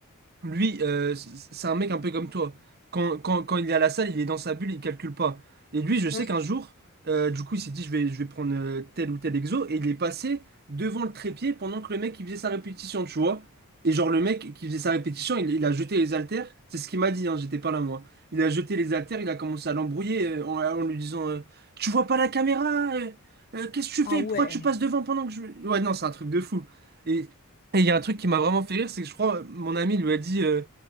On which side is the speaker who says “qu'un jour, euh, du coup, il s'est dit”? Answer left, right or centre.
Right